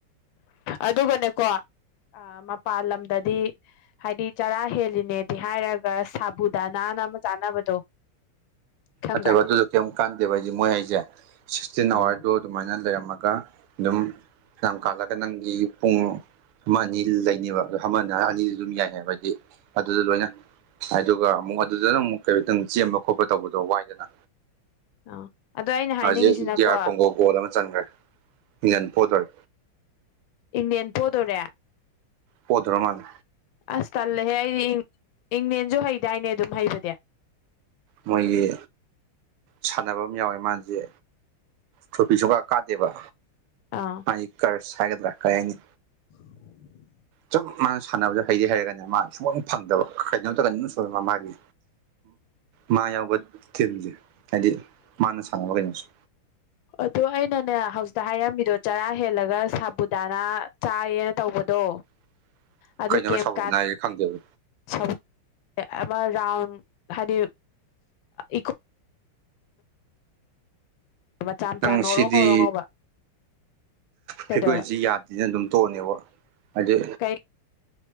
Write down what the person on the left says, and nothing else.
ꯑꯗꯨꯒꯅꯦꯀꯣ ꯑ ꯃꯄꯥꯟ ꯂꯝꯗꯗꯤ ꯍꯥꯏꯗꯤ ꯆꯔꯥ ꯍꯦꯜꯂꯤꯅꯦꯗꯤ ꯍꯥꯏꯔꯒ ꯁꯥꯕꯨꯗ ꯅꯥꯟꯅ ꯑꯃ ꯆꯥꯅꯕꯗꯣ ꯈꯪꯕ꯭ꯔꯥ
ꯑꯥ
ꯑ ꯑꯗꯣ ꯑꯩꯅ ꯍꯥꯏꯅꯤꯡꯉꯤꯁꯤꯅꯀꯣ
ꯏꯪꯂꯪꯂꯦꯟ ꯄꯣꯗꯣꯔꯦ
ꯑꯁ ꯇꯜꯂꯍꯦ ꯑꯩꯗꯤ ꯏꯪꯅꯦꯦꯟꯁꯨ ꯍꯩꯗꯥꯏꯅꯦ ꯑꯗꯨꯝ ꯍꯩꯕꯗꯤ
ꯑꯥ
ꯎ
ꯑꯗꯣ ꯑꯩꯅꯅꯦ ꯍꯧꯖꯤꯛꯇ ꯍꯥꯏꯔꯝꯃꯤꯗꯣ ꯆꯔꯥ ꯍꯦꯜꯂꯒ ꯁꯥꯕꯨꯗꯥꯅꯥ ꯆꯥꯔꯦꯅ ꯇꯧꯕꯗꯣ
ꯑꯗꯨ ꯀꯔꯤ
ꯀꯥꯟ
ꯁ ꯑ ꯔꯥꯎꯟ ꯍꯥꯏꯗꯤ ꯏꯀꯣ ꯃꯆꯥ
ꯃꯆꯥ ꯉꯧꯔꯣ
ꯉꯧꯔꯣ ꯉꯧꯕ ꯀꯩꯗꯧꯔ
ꯀꯩ